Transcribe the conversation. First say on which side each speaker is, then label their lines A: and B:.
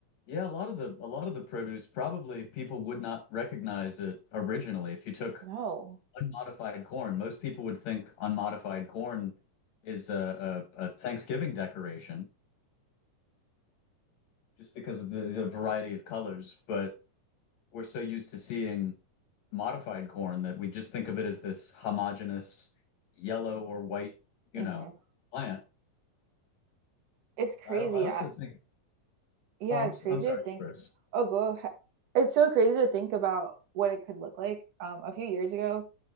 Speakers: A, on the left; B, on the right.
A: Yeah, a lot of the a lot of the produce probably people would not recognize it originally. If you took
B: No.
A: unmodified corn, most people would think unmodified corn is a, a, a Thanksgiving decoration just because of the, the variety of colors. But we're so used to seeing modified corn that we just think of it as this homogeneous yellow or white, you
B: hmm
A: know, plant.
B: It's crazy.
A: I I also
B: I,
A: think,
B: yeah,
A: oh, I'm
B: it's
A: s-
B: crazy
A: I'm sorry,
B: to think.
A: you first.
B: Oh, go. ahe- It's so crazy to think about what it could look like. Um, a few years ago,